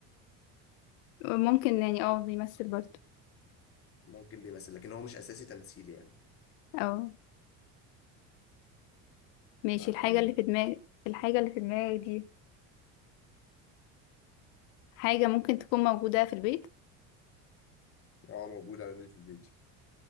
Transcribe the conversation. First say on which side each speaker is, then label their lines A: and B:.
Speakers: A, on the left; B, on the left.
A: ممكن يعني اه بيمثل برضه
B: ممكن بيمثل لكن هو مش أساسي تمثيل يعني
A: أو ماشي
B: طيب
A: الحاجة
B: كمل
A: اللي في دماغك الحاجة اللي في دماغك دي حاجة ممكن تكون موجودة في البيت
B: هو موجود عندي في البيت